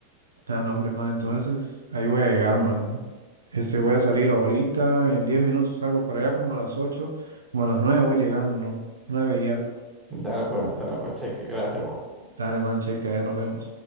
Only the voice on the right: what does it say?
Ah, no, hombre, man, entonces ahí voy a llegar, man. Este, voy a salir ahorita, en 10 minutos salgo para allá como a las ocho como a las 9 voy llegando, ¿no? 9 y algo.
Dale, man, cheque, allá nos vemos.